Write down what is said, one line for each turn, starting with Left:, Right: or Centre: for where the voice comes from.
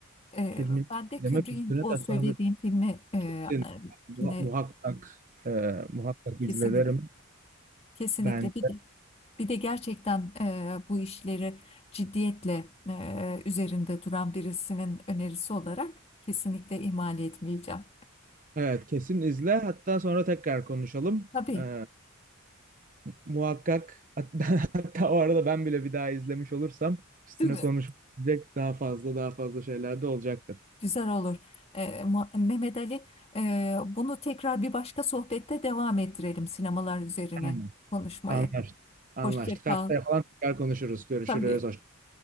Left: Ee,
Right: Filmin
Left: ben de
Right: demek
Left: Kubrick'in
Right: üstüne
Left: o
Right: tatlandırıp
Left: söylediğim filmi e,
Right: kesin Muha-
Left: yine
Right: muhakkak e, muhakkak
Left: kesinlikle
Right: izlerim
Left: kesinlikle
Right: ben.
Left: bir de, bir de gerçekten e, bu işleri ciddiyetle e, üzerinde duran birisinin önerisi olarak kesinlikle ihmal etmeyeceğim.
Right: Evet kesin izle hatta sonra tekrar konuşalım.
Left: Tabii,
Right: E, muhakkak hatta, <laughs> hatta o arada ben bile bir daha izlemiş olursam üstüne
Left: değil mi?
Right: konuşacak daha fazla daha fazla şeyler de olacaktır.
Left: Güzel olur. E, Mu- Mehmet Ali, e, bunu tekrar bir başka sohbette devam ettirelim sinemalar üzerine
Right: Aynen.
Left: konuşmayı.
Right: Anlaştık. Anlaştık.
Left: Hoşça kal.
Right: Haftaya falan tekrar konuşuruz. Görüşürüz.
Left: Tabii.
Right: Hoşça